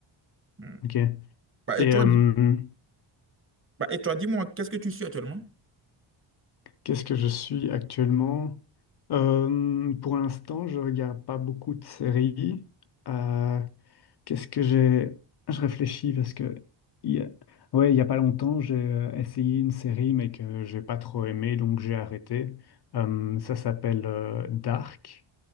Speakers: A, on the right; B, on the left.
A: Hmm.
B: Ok.
A: Bah,
B: Et
A: et toi,
B: euh,
A: dis, bah, et toi, dis-moi, qu'est-ce que tu suis actuellement?
B: qu'est-ce que je suis actuellement? Euh, pour l'instant, je regarde pas beaucoup de séries. Euh, qu'est-ce que j'ai... Je réfléchis parce que... il y a- Ouais, il y a pas longtemps, j'ai euh, essayé une série, mais que j'ai pas trop aimé, donc j'ai arrêté. Euh, ça s'appelle euh, Dark.